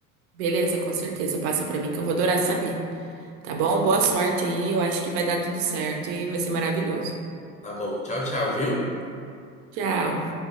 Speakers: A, on the right (about 55°); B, on the left (about 15°).
A: Beleza, com certeza. Passa pra mim que eu vou adorar saber. Tá bom? Boa sorte aí. Eu acho que vai dar tudo certo e vai ser maravilhoso.
B: Tá bom. Tchau, tchau, viu?
A: Tchau.